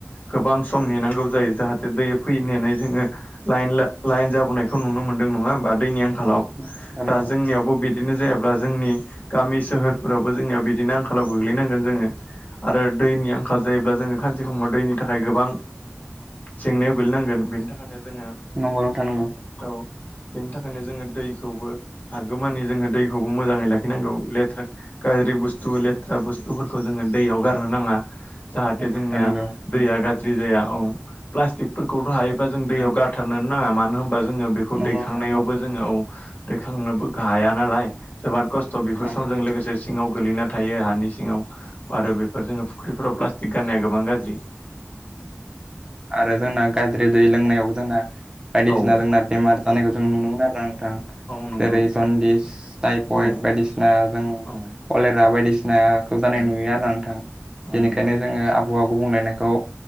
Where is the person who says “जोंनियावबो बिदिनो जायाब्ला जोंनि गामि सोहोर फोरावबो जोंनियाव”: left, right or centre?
Left